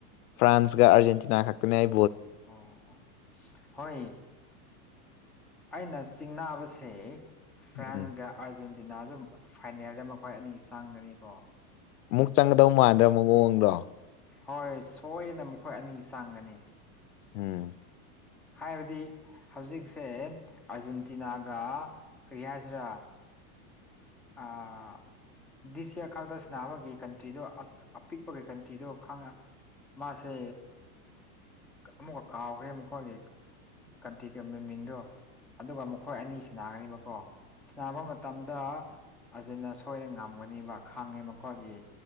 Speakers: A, on the left; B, in the centre.
A: ꯐ꯭ꯔꯥꯟꯁꯒ ꯑꯔꯖꯦꯟꯇꯤꯅꯥ ꯈ ꯀꯅꯏ
B: ꯑꯣ ꯑꯣ ꯍꯣꯏ ꯑꯩꯅ ꯆꯤꯡꯅꯥꯕꯁꯦ ꯐ꯭ꯔꯥꯟꯁꯒ
A: ꯎꯝ
B: ꯑꯥꯔꯖꯦꯟ ꯅꯥꯁꯨ ꯐꯥꯏꯅꯦꯜꯗ ꯃꯈꯣꯏ ꯑꯅꯤ ꯆꯪꯒꯅꯤꯀꯣ
A: ꯑꯃꯨꯛ ꯆꯪꯒꯗꯧ ꯃꯥꯟꯗ꯭ꯔꯥ ꯃꯑꯣꯡꯗꯣ
B: ꯍꯣꯏꯣꯏ ꯁꯣꯏꯗꯅ ꯃꯈꯣꯏ ꯑꯅꯤ ꯆꯥꯡꯒꯅꯤ
A: ꯎꯝ
B: ꯍꯥꯏꯕꯗꯤ ꯍꯧꯖꯤꯛꯁꯦ ꯑꯔꯖꯦꯟꯇꯤꯅꯥꯒ ꯀ꯭ꯔꯤꯌꯥꯁꯤ꯭ꯔ ꯑꯥ ꯗꯤꯁ ꯏꯌꯥꯔ ꯈꯛꯇ ꯁꯅꯕꯒꯤ ꯀꯟꯇ꯭ꯔꯤꯗꯣ ꯑꯄꯤꯛꯄꯒꯤ ꯀꯟꯇ꯭ꯔꯤꯗꯣ ꯈꯪꯉ ꯃꯥꯁꯦ ꯑꯃꯨꯛꯀ ꯀꯥꯎꯈ꯭ꯔꯦ ꯑꯃꯨꯛꯀꯗꯤ ꯀꯟꯇꯔꯤꯒ ꯃ ꯃꯤꯡꯗꯣ ꯑꯗꯨꯒ ꯃꯈꯣꯏ ꯑꯅꯤꯁꯤ ꯅꯥꯒꯅꯤꯕꯀꯣ ꯅꯥꯕ ꯃꯇꯝꯗ ꯑꯖꯤꯅ ꯁꯣꯏꯗꯅ ꯉꯝꯒꯅꯦꯕ ꯈꯥꯡꯉꯦ ꯃꯈꯣꯏꯒꯤ